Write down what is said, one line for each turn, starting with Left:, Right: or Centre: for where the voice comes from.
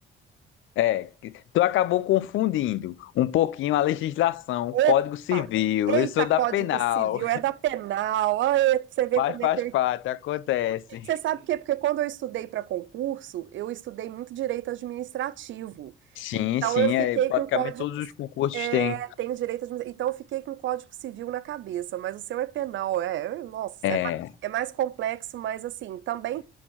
Left: É, que tu acabou confundindo um pouquinho a legislação,
Right: Opa!
Left: o Código Civil,
Right: Eita,
Left: eu sou da
Right: Código
Left: penal,
Right: Civil, é da penal. Ai, você vê
Left: mas
Right: como
Left: faz
Right: é que eu.
Left: parte, acontece.
Right: Você sabe por quê? Porque quando eu estudei para concurso, eu estudei muito direito administrativo.
Left: Sim,
Right: Então
Left: sim,
Right: eu fiquei
Left: é, praticamente
Right: com código.
Left: todos os concursos
Right: É,
Left: têm.
Right: tenho direito administrativo. Então eu fiquei com código civil na cabeça, mas o seu é penal, é. é, Nossa,
Left: É,
Right: é mais, é mais complexo, mas assim, também